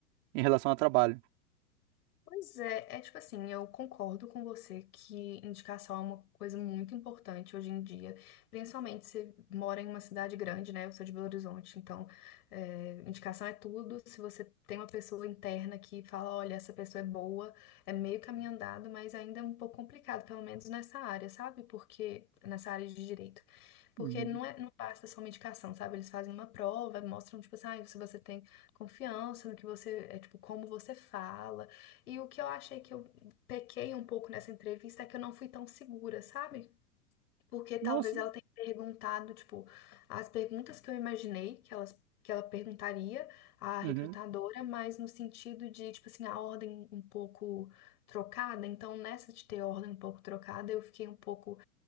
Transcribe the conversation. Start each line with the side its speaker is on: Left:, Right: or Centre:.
Right: em relação ao trabalho.
Left: Pois é, é tipo assim, eu concordo com você que indicação é uma coisa muito importante hoje em dia, principalmente se mora em uma cidade grande, né? Eu sou de Belo Horizonte, então é, indicação é tudo. Se você tem uma pessoa interna que fala, olha, essa pessoa é boa, é meio caminho andado, mas ainda é um pouco complicado, pelo menos nessa área, sabe? Porque nessa área de direito. Porque
Right: Uhum.
Left: não é, não basta só uma indicação, sabe? Eles fazem uma prova, mostram, tipo assim, ah, se você tem confiança no que você, é, tipo, como você fala. E o que eu achei que eu pequei um pouco nessa entrevista é que eu não fui tão segura, sabe? Porque talvez
Right: Nossa,
Left: ela tenha perguntado, tipo, as perguntas que eu imaginei que elas, que ela perguntaria à recrutadora,
Right: Uhum.
Left: mas no sentido de, tipo assim, a ordem um pouco trocada. Então, nessa de ter ordem um pouco trocada, eu fiquei um pouco,